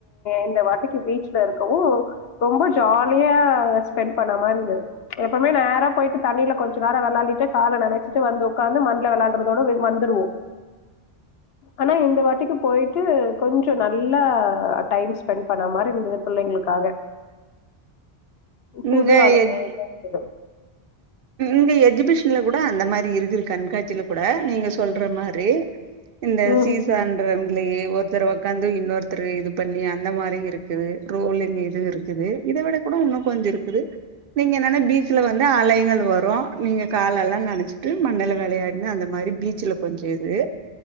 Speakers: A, on the left (about 70°); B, on the right (about 60°).
A: இந்த வாட்டிக்கு பீச்சல இருக்கவு ரொம்ப ஜாலியா ஸ்பெண்ட் பண்ண மாரி இருந்தது எப்பமே நேரா போய்ட்டு தண்ணியில கொஞ்ச நேர வெளாண்டிட்டு கால நனச்சிட்டு வந்து உக்காந்து மண்ல விளாண்ட்றதோட வீ வந்துருவோ ஆனா இந்த வாட்டிக்கு போய்ட்டு கொஞ்சொ நல்லா டைம் ஸ்பெண்ட் பண்ண மாரி இருந்தது பிள்ளைங்களுக்காக புது
B: இங்க
A: அனுபவம்
B: எஜ்
A: தா இருந்தது
B: இங்க எஜ்ஜீபிஷன்ல கூட அந்த மாரி இருக்குது கண்காட்சியில கூட நீங்க சொல்ற மாரி இந்த
A: ம்
B: சீசான்ற இல்லையே ஒருத்தர் உக்காந்து இன்னொருத்தரு இது பண்ணி அந்த மாரி இருக்குது ரோலிங் இது இருக்குது இத விட கூட இன்னும் கொஞ்ச இருக்குது நீங்க என்னன்னா பீச்சுல வந்து அலைகள வரு நீங்க காலெல்லா நனைச்சிட்டு மண்ணல விளையாட்ன்னா அந்த மாரி பீச்சுல கொஞ்ச இரு